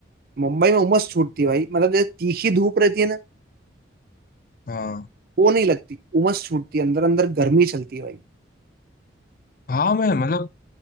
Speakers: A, on the right; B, on the left.
A: मुंबई में उमस छूटती है भाई मतलब जैसे तीखी धूप रहती है ना
B: हाँ
A: वो नहीं लगती उमस छूटती है अंदर अंदर गर्मी चलती है भाई
B: हाँ मैं मतलब